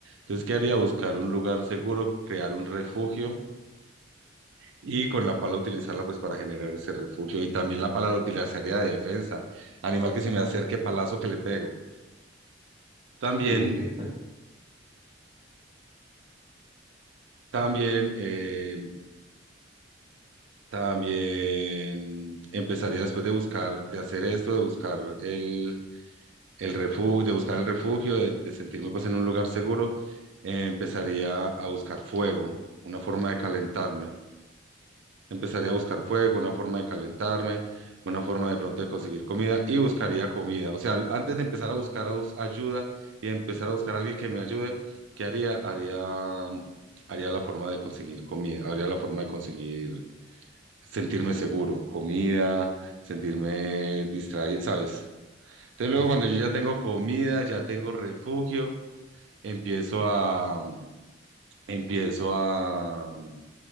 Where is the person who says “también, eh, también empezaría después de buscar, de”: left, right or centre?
Right